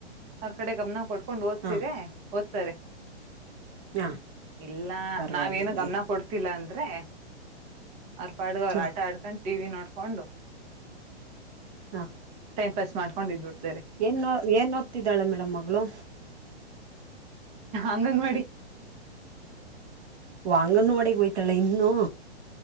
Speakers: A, on the right; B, on the right.
A: ಅವ್ರ ಕಡೆ ಗಮನ ಕೊಟ್ಕೊಂಡು ಓದೀಸಿದ್ರೆ
B: ಹಾ
A: ಓದ್ತಾರೆ.
B: ಹಾ
A: ಇಲ್ಲ
B: ಪರವಾಗಿಲ್ಲ
A: ನಾವೇನು ಗಮನ ಕೊಡ್ತಿಲ್ಲ ಅಂದ್ರೆ. ಅವ್ರಪಾಡಿಗ್ ಅವರು
B: ಹಾ
A: ಆಟ ಆಡ್ಕೊಂಡ್ ಟಿ ವಿ ನೋಡ್ಕೊಂಡು.
B: ಹಾ.
A: ಪ್ರೆಸ್ ಮಾಡ್ಕೊಂಡಿಡಬಿಡೋ.
B: ಏನ ಏನ್ ಓದ್ತಿದ್ದಾಳೆ ಮೇಡಮ್ ಮಗಳು.
A: ಅಂಗನವಾಡಿ
B: ವ ಅಂಗನವಾಡಿಗ ಹೋಯ್ತಾಳ ಇನ್ನು